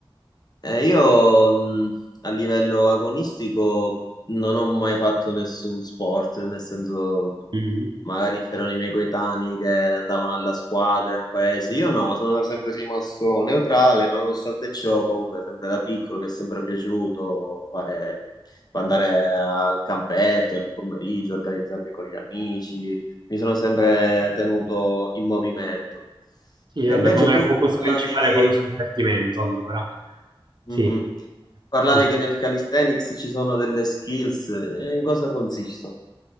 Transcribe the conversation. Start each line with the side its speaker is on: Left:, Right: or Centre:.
Left: Eh, io mh, a livello agonistico non ho mai fatto nessun sport, nel senso
Right: Mm-hmm.
Left: magari c'erano i miei coetanei che andavano alla squadra, al paese, io no, sono sempre rimasto neutrale, ma nonostante ciò comunque sempre da piccolo mi è sempre piaciuto fare, andare al campetto il pomeriggio, organizzarmi con gli amici, mi sono sempre tenuto in movimento.
Right: Sì,
Left: E
Right: vabbè,
Left: invece
Right: come
Left: tu
Right: focus
Left: mi parlavi...
Right: principale è quello sul divertimento, allora. Sì.
Left: Mhm. Parlavi
Right: Dice-
Left: che nel calisthenics ci sono delle skills, e in cosa consistono?